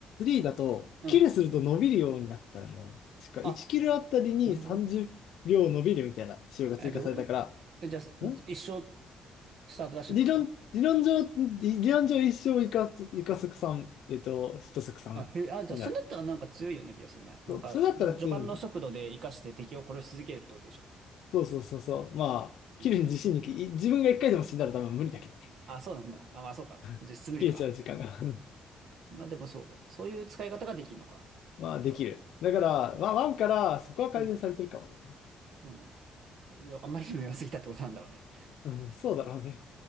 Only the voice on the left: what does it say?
3だと、
キルすると伸びるようになったよね。確か、
1キルあたりに30秒伸びるみたいな仕様が追加されたか
ら、ん
理論、理論上、理理論上一生イカ、イカ足さん、えっと、シト足さんになる。
そう、それだったら強いんだよ。
そうそうそうそう。まあ、
切るに自信にい自分が一回でも死んだら多分無理だけどね。
<laughs> 切れちゃう時間が。
<laughs> まあ、
できる。だから、まあ、ワンからそこは改善されてるかもね。
うん、そうだろうね。